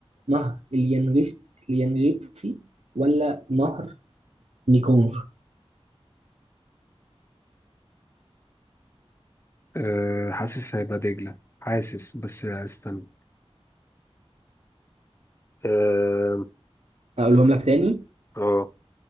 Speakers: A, on the right; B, on the left.
A: نهر اليانغس اليانغتسي ولا نهر ميكونغ
B: أه حاسس هيبقى دجلة حاسس بس استنى أه
A: أقولهم لك تاني
B: أه